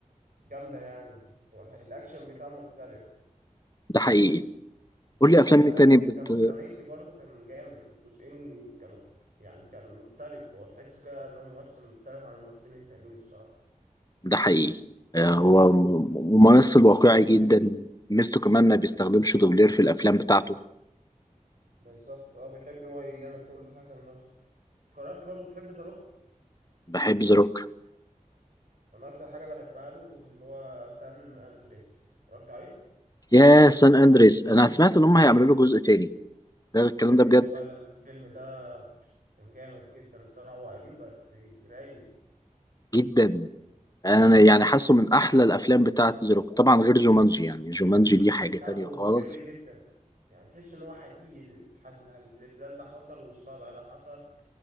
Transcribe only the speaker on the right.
جامده يعني الاكشن بتاعه مختلف
حتى
برضو
كان في زاميج برضو كان جامد في الجزئين كانوا يعني كان مختلف هو تحس كده ان هو ممثل مختلف عن الممثلين التانيين الصراحه
بالظبط اه بيحب هو يعمل كل حاجة بنفسه اتفرجت برضو تحب ذا روك
انا اكتر حاجة بحبها له اللي هو سان اندريس اتفرجت عليه
يا ريت
والله ده الفيلم ده كان جامد جدا الصراحة هو قديم بس رايق
ابو
واقعي جدا يعني تحس ان هو حقيقي الح- الزلزال ده حصل والصدع ده حصل